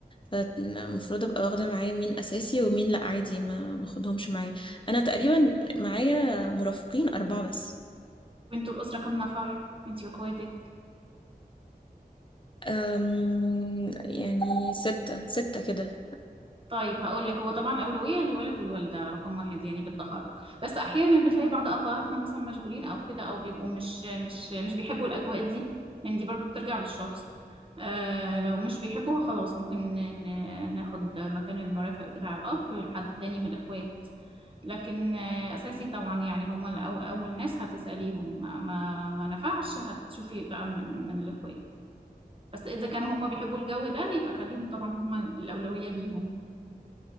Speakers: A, on the left; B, on the right.
A: فالمفروض ابقى واخده معايا مين اساسي ومين لا عادي ما ماخدهمش معايا انا تقريبا معايا مرافقين اربعه بس
B: وانتوا الاسره كام نفر انتي واخواتك
A: أم يعني ستة ستة كده
B: طيب هقول لك هو طبعا أولوية للولد والوالدة رقم واحد يعني في التخرج بس أحيانا بتلاقي بعض أبهاتنا مثلا مشغولين أو كده أو بيبقوا مش مش مش بيحبوا الأجواء دي يعني دي برضو بترجع للشخص آه لو مش بيحبوها خلاص ممكن ن- ناخد مكان المرافق بتاع الأب لحد تاني من الإخوات لكن آه أساسي طبعا يعني هما الأو- أول ناس هتسأليهم ما ما, ما نفعش هتشوفي بقى من, من الإخوات بس إذا كانوا هما بيحبوا الجو ده يبقى خليهم طبعا هما الأولوية ليهم